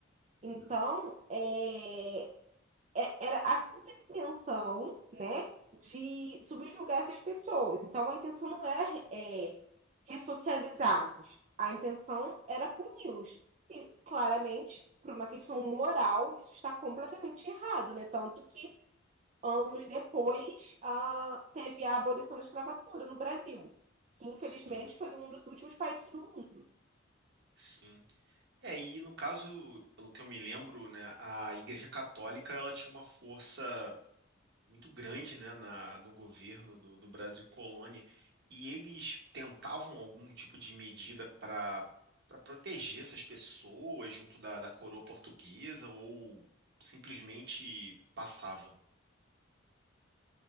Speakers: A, on the right; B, on the right.
A: Então,
B: Uhum.
A: é, é- era a simples intenção, né, de subjugar essas pessoas. Então, a intenção não era é, ressocializá-los, a intenção era puni-los. E, claramente, por uma questão moral, isso está completamente errado, né? Tanto que, anos depois, ah, teve a abolição da escravatura no Brasil, que, infelizmente,
B: Sim,
A: foi um dos últimos países do mundo.
B: sim. É, e no caso, pelo que eu me lembro, né, a Igreja Católica ela tinha uma força. muito grande, né, na, no governo do, do Brasil colônia, e eles tentavam algum tipo de medida para para proteger essas pessoas junto da, da coroa portuguesa ou simplesmente passava?